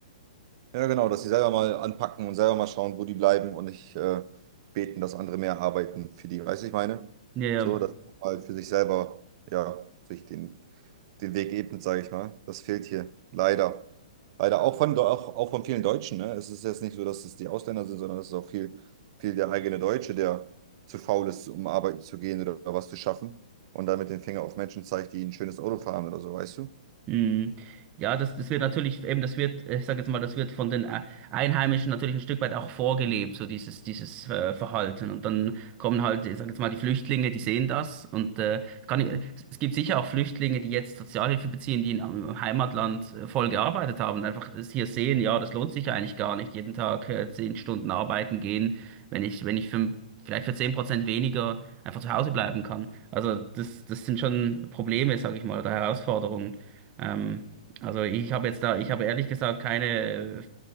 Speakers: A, on the right; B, on the right.
A: Ja, genau, dass sie selber mal anpacken und selber mal schauen, wo die bleiben und nicht äh, beten, dass andere mehr arbeiten für die. Weißt du, ich meine?
B: Ja, ja.
A: So, dass man mal für sich selber, ja, sich den, den Weg ebnet, sage ich mal. Das fehlt hier leider. Leider auch von, auch, auch von vielen Deutschen. Ne? Es ist jetzt nicht so, dass es die Ausländer sind, sondern es ist auch viel, viel der eigene Deutsche, der zu faul ist, um arbeiten zu gehen oder was zu schaffen und dann mit dem Finger auf Menschen zeigt, die ein schönes Auto fahren oder so, weißt du?
B: Mhm. Ja, das, das wird natürlich, eben, das wird, äh, ich sage jetzt mal, das wird von den Ä- Einheimischen natürlich ein Stück weit auch vorgelebt, so dieses, dieses äh, Verhalten. Und dann kommen halt, ich sage jetzt mal, die Flüchtlinge, die sehen das. Und äh, kann, es gibt sicher auch Flüchtlinge, die jetzt Sozialhilfe beziehen, die in ihrem Heimatland äh, voll gearbeitet haben. und Einfach es hier sehen, ja, das lohnt sich eigentlich gar nicht, jeden Tag äh, zehn Stunden arbeiten gehen, wenn ich, wenn ich für, vielleicht für 10% weniger einfach zu Hause bleiben kann. Also das, das sind schon Probleme, sage ich mal, oder Herausforderungen. Ähm, also ich habe jetzt da, ich habe ehrlich gesagt keine äh,